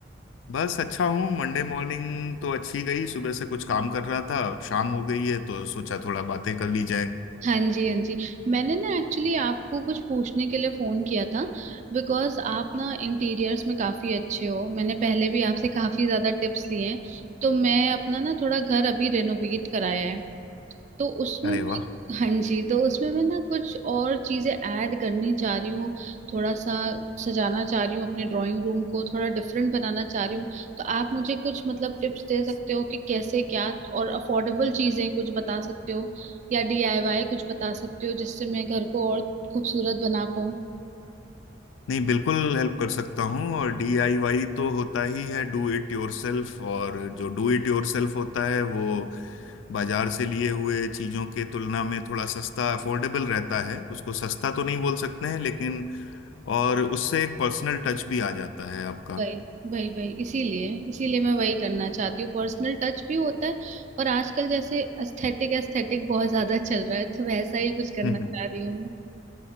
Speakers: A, on the left; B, on the right.
A: बस अच्छा हूँ मंडे मॉर्निंग तो अच्छी गई सुबह से कुछ काम कर रहा था अब शाम हो गई है तो सोचा थोड़ा बातें कर ली जाए
B: हाँ जी हाँ जी मैंने ना एक्चुअली आपको कुछ पूछने के लिए फ़ोन किया था बिकॉज़ आप ना इंटीरियर्स में काफ़ी अच्छे हो मैंने पहले भी आपसे काफ़ी ज़्यादा टिप्स लिए हैं तो मैं अपना ना थोड़ा घर अभी रेनोवेट कराया है तो उसमें
A: अरे
B: मैं
A: वाह
B: हाँ जी तो उसमें मैं ना कुछ और चीजें ऐड करनी चाह रही हूँ थोड़ा सा सजाना चाह रही हूँ अपने ड्राइंग रूम को थोड़ा डिफरेंट बनाना चाह रही हूँ तो आप मुझे कुछ मतलब टिप्स दे सकते हो कि कैसे क्या और अफोर्डेबल चीजें कुछ बता सकते हो या डीआईवाई कुछ बता सकते हो जिससे मैं घर को और खूबसूरत बना पाऊँ
A: नहीं बिल्कुल हेल्प कर सकता हूँ और डीआईवाई तो होता ही है डू इट योरसेल्फ और जो डू इट योरसेल्फ होता है वो बाजार से लिए हुए चीज़ों के तुलना में थोड़ा सस्ता अफोर्डेबल रहता है उसको सस्ता तो नहीं बोल सकते हैं लेकिन और उससे एक पर्सनल टच भी आ जाता है आपका
B: वही वही वही इसीलिए इसीलिए मैं वही करना चाहती हूँ पर्सनल टच भी होता है और आजकल जैसे एस्थेटिक एस्थेटिक बहुत ज्यादा चल रहा है तो वैसा ही कुछ करना
A: <laughs>
B: चाह रही हूँ